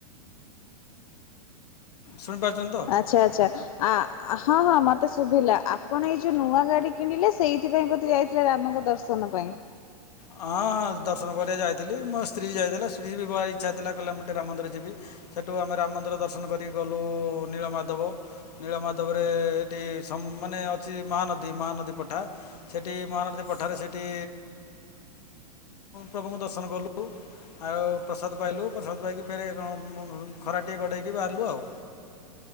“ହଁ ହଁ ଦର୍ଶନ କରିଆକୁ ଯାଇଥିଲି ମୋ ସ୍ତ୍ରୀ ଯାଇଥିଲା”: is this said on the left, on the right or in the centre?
Left